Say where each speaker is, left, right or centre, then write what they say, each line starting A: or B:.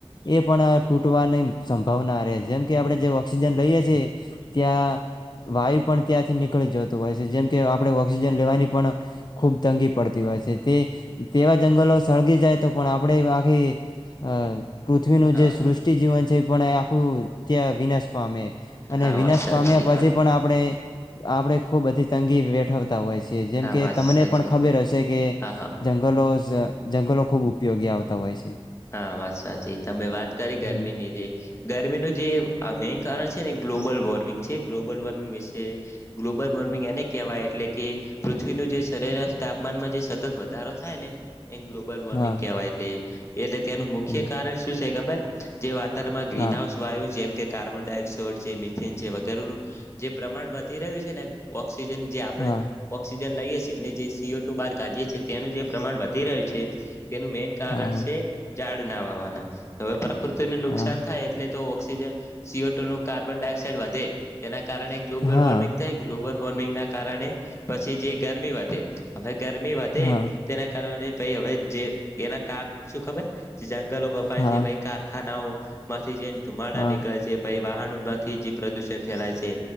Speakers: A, on the left; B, on the left.
A: એ પણ તૂટવાની સંભાવના રહે જેમ કે આપડે જે ઓક્સિજન લઈએ છે ત્યાં. વાયુ પણ ત્યાંથી નીકળી જતું હોય છે જેમ કે આપડે ઓક્સિજન લેવાની પણ ખુબ તંગી પડતી હોય હોય છે તે તેવા જંગલો સળગી જાય તો પણ આપણેે આખી અ પૃથ્વીનું
B: હા
A: જે સૃષ્ટિ જીવન છે એ પણ આખું ત્યા વિનાશ પામે અને
B: હા
A: વિનાશ
B: વાત સાચી
A: પામ્યા પછી પણ આપણે આપડે ખુબ બધી તંગી વેઠ તા હોય છે જેમ
B: હા
A: કે
B: વાત
A: તમને
B: સાચી
A: પણ ખબર હશે કે
B: હા હા
A: જંગલો જ જંગલો ખૂબ ઉપયોગી આવતા હોય છે.
B: હા વાત વાચી તમે વાત કરી
A: હમ
B: ગરમીની જે ગરમીનું જે આ મેઈન કારણ છે ને ગ્લોબલ વોર્મિંગ છે ગ્લોબલ વોર્મિંગ વિશે ગ્લોબલ વોર્મિંગ એને કહેવાય એ એટલે કે પૃથ્વીનું જે સરેરાશ તાપમાનમાં જે સતત વધારો થાય ને એ ગ્લોબલ વોર્મિંગ
A: હા
B: કેહેવાય તે એટલે તેનું મુખ્ય
A: હમ
B: કારણ શું છે ખબર જે વાત <unintelligible> ગ્રીન
A: હા
B: હાઉસ વાયું જેમ કે કાર્બન ડાયોક્સોડ જે મિથેન જે વગેરેનું જે પ્રમાણ વધી રહ્યું છે ને ઓ ઓક્સિજન જે આપણે
A: હા
B: ઓક્સિજન લઈએ છીએ એને જે સી ઓ ટુ બહાર કાઢીએ છીએ તેનું જે પ્રમાણ વધી રહ્યું છે તેનું મેન કારણ
A: હા
B: છે. ઝાડ ના વાવાના હવે પ્રકૃતિને નુકસાન
A: હા
B: થાય એટલે તો તે જે સી ઓ ટુ નું કાર્બન ડાયોક્સાઇડ વધે તેના કારણે ગ્લોબલ
A: હા
B: વોર્મિંગ થાય ગ્લોબલ વોમિંગ ના કારણે પછી જે ગરમી વધે હવે ગરમી વધે
A: હા
B: તેના કારણે પાઇ હવે જે એના કારણે શું ખબર જે જંગલો કપાય
A: હા
B: છે ભાઈ કારખાનાઓ માંથી જે ધુમાડા
A: હા
B: નીકળે છે પાઇ વાહનો માંથી જે પ્રદુષણ ફેલાય છે.